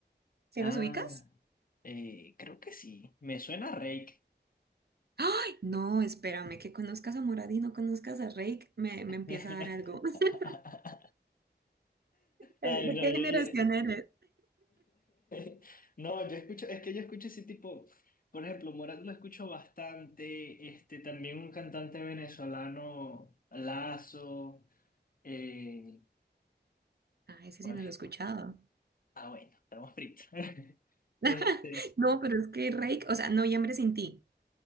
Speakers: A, on the right; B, on the left.
A: ¿Sí
B: Ah,
A: los ubicas?
B: eh, creo que sí, me suena a Reik.
A: ¡Ay! No, espérame, que conozcas a Morad y no conozcas a Reik, me, me empieza
B: <laughs>
A: a dar algo. <laughs> ¿De
B: Ay, no,
A: qué
B: yo,
A: generación
B: yo-
A: eres?
B: <laughs> no, yo escucho, es que yo escucho ese tipo, por ejemplo, Morat lo escucho bastante, este, también un cantante venezolano, Lazo, eh,
A: Ah, ese
B: ¿cuál
A: sí no
B: es?
A: lo he escuchado.
B: el otro? Ah, bueno, estamos fritos. <laughs>
A: <laughs>
B: Este,
A: No, pero es que Reik, o sea, Noviembre sin ti,